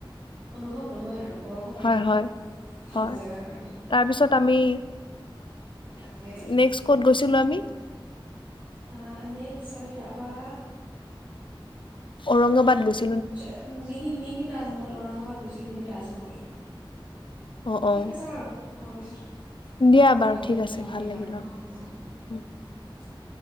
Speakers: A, on the right; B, on the left.
A: অনুভৱ নহয় আৰু বগাব পাৰি
B: হয় হয়
A: ঠাণ্ডা
B: হয়
A: জেগাৰ কাৰণে
B: তাৰপিছত আমি
A: তাকে
B: নেক্স কত গৈছিলো আমি
A: অ এনেই আমি তাৰপৰা
B: ঔৰংগবাদ গুছ
A: আ মিনি মিনি তাজমহল ঔৰংগাবাদ গৈছিলোঁ মিনি তাজমহল
B: অ
A: ঠিক
B: অ
A: আছে বাৰু অ পিছত
B: দিয়া
A: আকৌ
B: বাৰু
A: ভালকৈ
B: ঠিক
A: কথা
B: আছে
A: পাতিম
B: ভাল লাগিল
A: বাৰু অঁ অঁ
B: অ